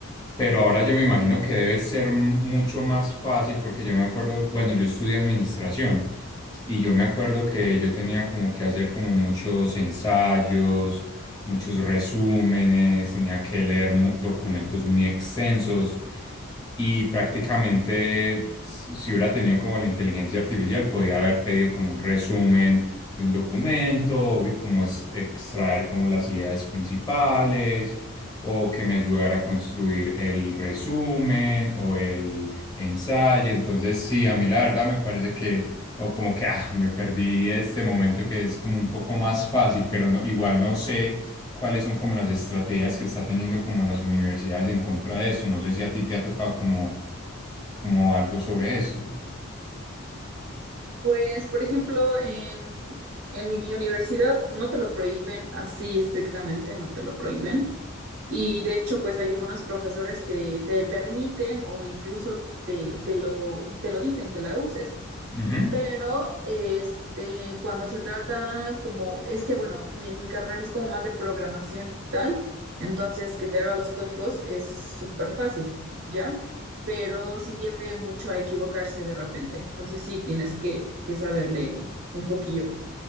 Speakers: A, on the left (about 20°); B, on the right (about 60°).
A: Pero ahora yo me imagino que debe ser mucho más fácil porque yo me acuerdo, bueno, yo estudié administración y yo me acuerdo que yo tenía como que hacer como muchos ensayos, muchos resúmenes, tenía que leer mu- documentos muy extensos y prácticamente s- si hubiera tenido como la inteligencia artificial podía haber pedido como un resumen de un documento, vi- como es- extraer como las ideas principales o que me ayudara a construir el resumen o el ensayo. Entonces, sí, a mí la verdad me parece que, o como que, ah, me perdí este momento que es como un poco más fácil, pero no, igual no sé cuáles son como las estrategias que está teniendo como las universidades en contra de esto. No sé si a ti te ha tocado como, como algo sobre esto.
B: pues, por ejemplo, en, en mi universidad no te lo prohíben así estrictamente, no te lo prohíben. Y de hecho, pues hay algunos profesores que te permiten o incluso te, te lo, te lo dicen que la uses.
A: Ujú.
B: pero este, cuando se trata como, es que bueno, mi, mi carrera es como más de programación y tal, entonces que te haga los códigos es súper fácil, ¿ya? Pero sí tiende mucho a equivocarse de repente, entonces sí tienes que, que saberle un poquillo.